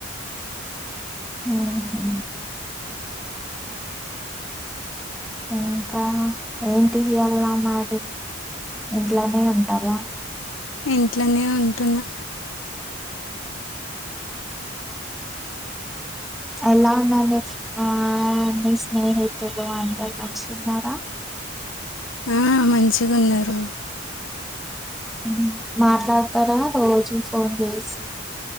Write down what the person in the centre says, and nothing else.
హుహు ఇంకా ఏంటి ఇయ్యాల మరి ఇంట్లోనే ఉంటావా
ఎలా ఉన్నా నీ ఆ నీ స్నేహితులు అంతా మంచిగున్నారా
హ్ మాట్లాడతారా రోజు ఫోన్ చేసి